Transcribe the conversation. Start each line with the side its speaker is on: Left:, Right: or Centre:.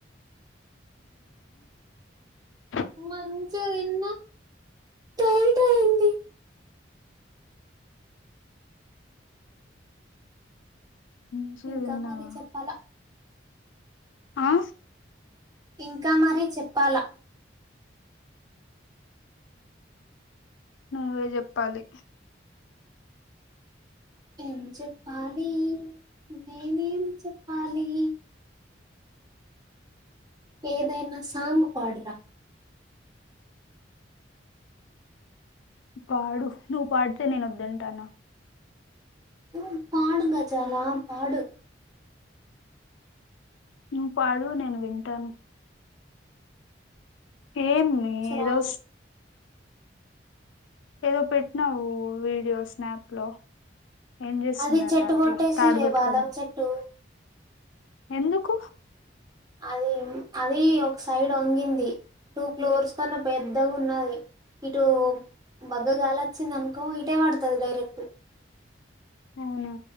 Left: ఆ
Right: మంచిగా తిన్న టైట్ అయింది
Left: మంచిగా
Right: ఇంకా
Left: తిన్నావా
Right: మరీ చెప్పాలా
Left: ఆ
Right: ఇంకా మరీ చెప్పాలా
Left: నువ్వే చెప్పాలి
Right: ఏం చెప్పాలి నేను ఎం చెప్పాలి ఏదైనా సాంగ్ పాడురా
Left: పాడు నువ్వు పాడితే నేను వద్దంటానా
Right: ఊ పాడు గజాలా పాడు
Left: నువ్వు పాడు నేను వింటాను ఏమి
Right: సరే
Left: ఏదో
Right: ఆగు
Left: ఏదో పెట్టినావు వీడియో స్నాప్ లో ఏం చేస్తున్నారు
Right: అది చెట్టు
Left: దాంట్లో
Right: కొట్టేసి
Left: తాడు
Right: రే
Left: పట్టుకొని
Right: బాదం చెట్టు
Left: ఎందుకు
Right: అది అది ఒక సైడ్ వంగింది టూ ఫ్లోర్స్ కన్నా పెద్దగా ఉన్నది ఇటు బగ్గగాలి వచ్చింది అనుకో ఇటే పడుతుంది డైరెక్ట్
Left: అవును